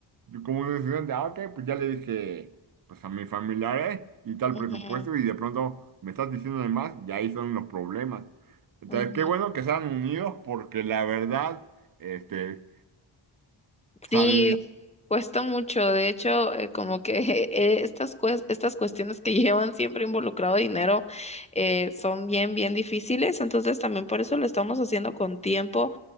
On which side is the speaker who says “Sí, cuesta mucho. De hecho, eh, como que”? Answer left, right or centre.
Left